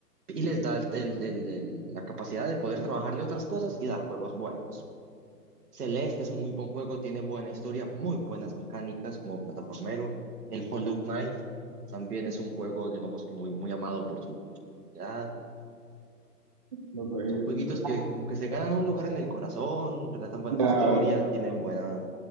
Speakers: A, on the right; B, on the right.
A: Y les da el- el- el- el- la capacidad de poder trabajarle otras cosas y dar juegos buenos. Celeste es un muy buen juego, tiene buena historia, muy buenas mecánicas como plataformero. El Hollow Knight también es un juego, digamos que muy, muy amado por su comunidad.
B: lo que-
A: Son jueguitos que como que se ganan un lugar en el corazón, relatan buenas
B: la-
A: historias, tienen buena